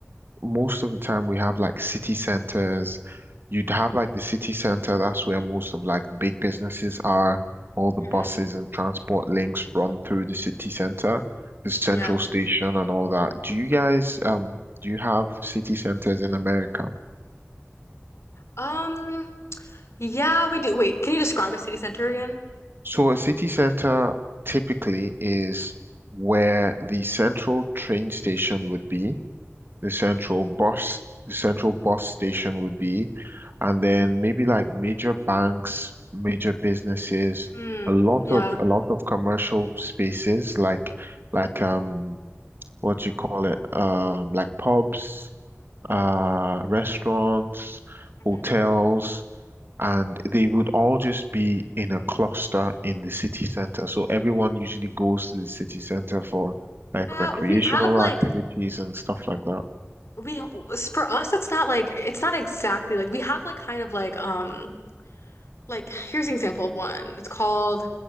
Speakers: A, on the right; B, on the left.
A: most of the time we have like city centers. You'd have like the city center, that's where most of like the big businesses are. All the
B: hmm
A: buses and transport links run through the city center, the central
B: Yeah.
A: station and all that. Do you guys um do you have city centers in America?
B: Um. Yeah, we do. Wait, can you describe a city center again?
A: So a city center typically is where the central train station would be. the central
B: hmm
A: bus, the central bus station would be, and then maybe like major banks, major businesses,
B: Mm,
A: a lot
B: yeah.
A: of a lot of commercial spaces like like um what do you call it? Um like pubs, uh restaurants,
B: Mhm.
A: hotels. And they would all just be in a cluster in the city center. So everyone usually goes to the city center for like
B: Yeah,
A: recreational
B: we have like.
A: activities and stuff like that.
B: we for us it's not like it's not exactly like we have like kind of like um like here's an example of one. It's called